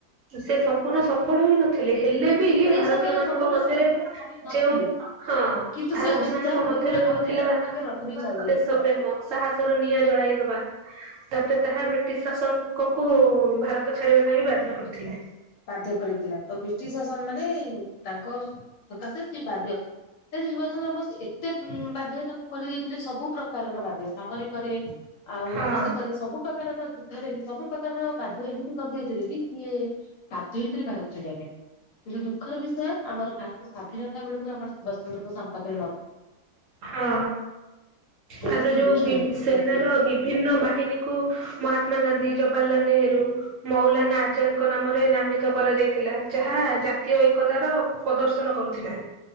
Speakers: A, on the right (about 65°); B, on the left (about 65°).
A: ସେ ସମ୍ପୂର୍ଣ୍ଣ ସଫଳ ହୋଇନଥିଲେ ହେଲେ ବି
B: ସେଇ
A: ଭାରତୀୟ
B: ସମୟରେ
A: ମାନଙ୍କ
B: ସମ୍ପୂର୍ଣ୍ଣ
A: ମଧ୍ୟରେ
B: ସଫଳ ନେଇ ନଥିଲି
A: ଯେଉ ହଁ
B: କିନ୍ତୁ
A: ଭାରତୀୟ
B: ସେ ଉତ୍ସାହ
A: ମାନଙ୍କ
B: ଉଦ୍ଦୀପନା
A: ମଧ୍ୟରେ
B: ଭାରତୀୟ
A: ଯୋଉ ଥିଲା
B: ମାନଙ୍କ ପାଖରେ ରଖିଦେଇ ଚାଲି ଯାଇଛନ୍ତି।
A: ଦେଶ ପ୍ରେମ ସାହସର ନିଆଁ ଜଳାଇଦବା ତାପରେ ତାହା ବ୍ରିଟିଶ୍ ଶାସକଙ୍କୁ ଭାରତ ଛାଡିବା ପାଇଁ ବାଧ୍ୟ କରିଥିଲା।
B: ବାଧ୍ୟ କରିଥିଲା ତ ବ୍ରିଟିଶ ଶାସନ ମାନେ ତାଙ୍କ ସକାଶେ ସେ ବାଧ୍ୟ ନେତାଜୀ ସୁବାଷଚନ୍ଦ୍ର ବୋଷ ଏତେ ବାଧ୍ୟ ତାଙ୍କୁ କରିଦେଇଥିଲେ ସବୁ ପ୍ରକାରର ବାଧ୍ୟ ସାମରିକରେ ଆଉ
A: ହଁ
B: ମାନସିକରେ ସବୁ ପ୍ରକାରର ଯୁଦ୍ଧରେ ବି ସବୁ ପ୍ରକାରର ବାଧ୍ଯ ଏମିତି କରିଦେଇଥିଲେ କି <unintelligible> ବାଧ୍ଯ ହେଇଥିଲେ ଭାରତ ଛାଡିବା ପାଇଁ କିନ୍ତୁ ଦୁଃଖର ବିଷୟ ଆମର ଭାରତ ସ୍ଵାଧୀନତା ବେଳକୁ ଆମର ସୁବାଷଚନ୍ଦ୍ର ବୋଷ ଆମ ପାଖରେ ନଥିଲେ।
A: ହଁ
B: ଯୋଉଟା
A: ତାପରେ
B: ସିଏ
A: ଯୋଉ
B: ଦେଖିନାହାନ୍ତି
A: ବି
B: ସିଏ
A: ସେନାର
B: ନଥିଲେ।
A: ବି ଭିନ୍ନ ବାହିନୀକୁ ମହାତ୍ମା ଗାନ୍ଧୀ, ଜବାହାରଲାଲ ନେହେରୁ ମୌଲାନା ଆଜାଦ୍ ଙ୍କ ନାମରେ ନାମିତ କରାଯାଇଥିଲା ଯାହା ଜାତୀୟ ଏକତାର ପ୍ରଦର୍ଶନ କରୁଥିଲା।